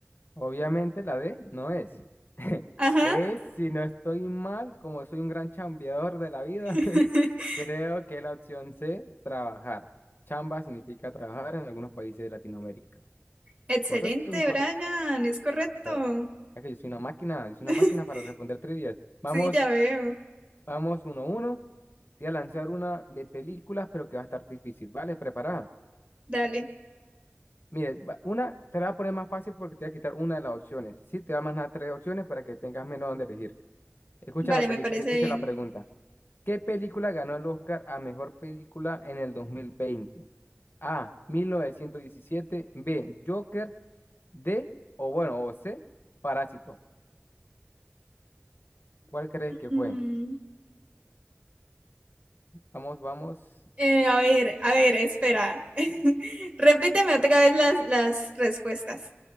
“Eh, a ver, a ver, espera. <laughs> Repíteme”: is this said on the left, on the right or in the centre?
Right